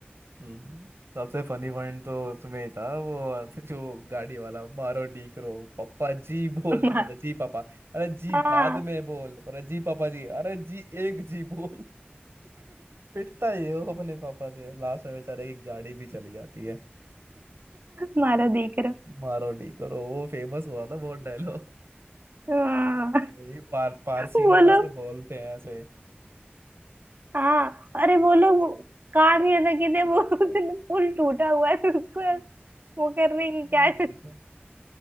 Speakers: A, on the right; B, on the right.
A: हम्म, सबसे फनी पॉइंट तो उसमें ही था वो जो गाड़ी वाला मारो डीक रो पप्पा जी बोल
B: हाँ
A: मतलब जी पापा अरे जी
B: हाँ
A: बाद में बोल अरे जी पापा जी अरे जी एक जी बोल पिटता ही है वो अपने पापा से लास्ट में बेचारे की गाड़ी भी चली जाती है
B: मारा देख रहा
A: मारो डीक रो वो फेमस हुआ था बहुत डायलॉग
B: हाँ
A: ये पार, पारसी
B: वो
A: लोग
B: लोग
A: ऐसे बोलते हैं ऐसे
B: हाँ अरे वो लोग काम ही ऐसा किए थे वो उसने पुल टूटा हुआ है तो उसको वो करने की
A: हम्म,
B: क्या
A: ये तो